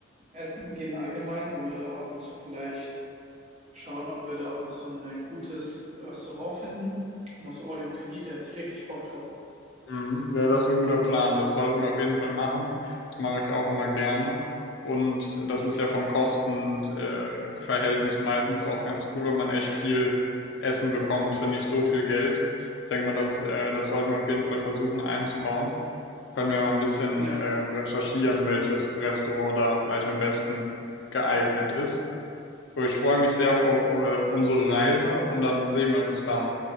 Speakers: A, on the right (about 35°); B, on the left (about 65°).
A: Essen gehen allgemein, wollen wir da auch ab und zu vielleicht schauen, ob wir da auch mal so ein gutes Restaurant finden. Mal so All You Can Eat, da hätte ich richtig Bock drauf.
B: Mhm, ja, das ist ein guter Plan. Das sollten wir auf jeden Fall machen. Das mache ich auch immer gerne. Und das ist ja vom Kostenverhältnis meistens auch ganz cool, weil man echt viel Essen bekommt für nicht so viel Geld. Ich denke mal, das, äh, das sollten wir auf jeden Fall versuchen einzubauen. Können wir mal ein bisschen,
A: Ja.
B: äh, recherchieren, welches Restaurant da vielleicht am besten geeignet ist. So, ich freue mich sehr auf eu- äh, unsere Reise und dann sehen wir uns dann.